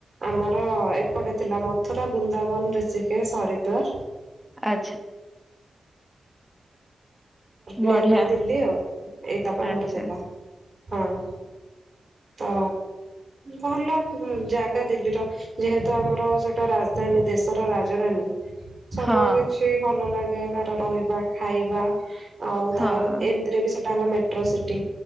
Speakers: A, on the right (about 45°); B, in the centre.
A: ଆମର ଏପଟେ ଥିଲା ମଥୁରା, ବୃନ୍ଦାବନ, ରିଷିକେସ, ହରିଦ୍ୱାର।
B: ଆଚ୍ଛା। ବଢିଆ
A: ନିଅର ନିୟର ବାଇ ଦିଲ୍ଲୀ ଆଉ ଏଇତକ ଆମର
B: ଆଚ୍ଛା
A: ଥିଲା ହଁ। ତ ଭଲ ଜାଗା ଦିଲ୍ଲୀର ଯେହେତୁ ଆମର ସେଟା ରାଜଧାନୀ ଦେଶର ରାଜଧାନୀ ସବୁ
B: ହଁ
A: କିଛି ଭଲ ଲାଗେ ତାର ରହିବା ଖାଇବା ଆଉ
B: ହଁ
A: ତାର ଏମ ରେ ବି ସେଟା ହେଲା ମେଟ୍ରୋ ସିଟି